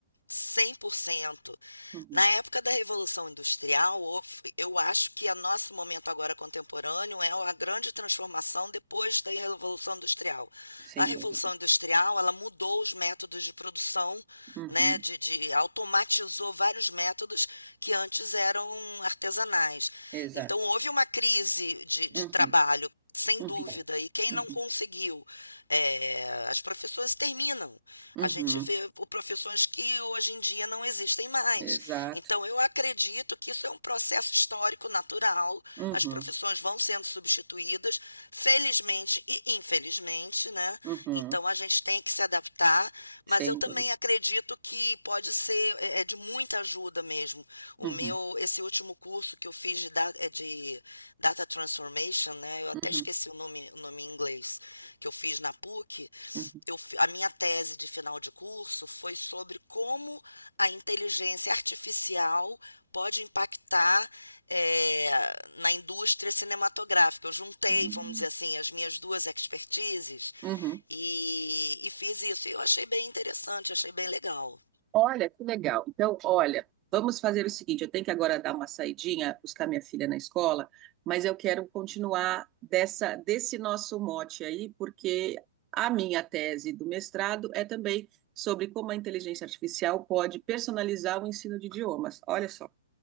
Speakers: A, on the left; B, on the right.
A: cem por cento
B: Uhum,
A: Na época da Revolução Industrial, houve- eu acho que o nosso momento agora contemporâneo é a grande transformação depois da Revolução Industrial.
B: sem
A: A Revolução
B: dúvida.
A: Industrial, ela mudou os métodos de produção,
B: Uhum,
A: né, de, de- automatizou vários métodos que antes eram artesanais.
B: exato.
A: Então, houve uma crise de de
B: Uhum,
A: trabalho, sem
B: uhum,
A: dúvida, e quem
B: uhum.
A: não conseguiu, eh, as profissões terminam.
B: Uhum,
A: A gente vê o- profissões que hoje em dia não existem mais.
B: exato.
A: Então, eu acredito que isso é um processo histórico natural.
B: Uhum,
A: As profissões vão sendo substituídas, felizmente e infelizmente, né?
B: uhum,
A: Então, a gente tem que se adaptar, mas
B: sem
A: eu também
B: dúvida.
A: acredito que pode ser é, é de muita ajuda mesmo. O
B: Uhum,
A: meu, esse último curso que eu fiz de, da- é de data Data Transformation, né? Eu até
B: uhum,
A: esqueci o nome, o nome em inglês que eu fiz na PUC.
B: uhum,
A: Eu, a minha tese de final de curso foi sobre como a inteligência artificial pode impactar é, na indústria cinematográfica. Eu juntei,
B: uhum.
A: vamos dizer assim, as minhas duas expertises
B: uhum.
A: e, e fiz isso. E eu achei bem interessante, achei bem legal.
B: Olha, que legal. Então, olha, vamos fazer o seguinte: eu tenho que agora dar uma saidinha, buscar minha filha na escola, mas eu quero continuar dessa, desse nosso mote aí, porque a minha tese do mestrado é também sobre como a inteligência artificial pode personalizar o ensino de idiomas. Olha só.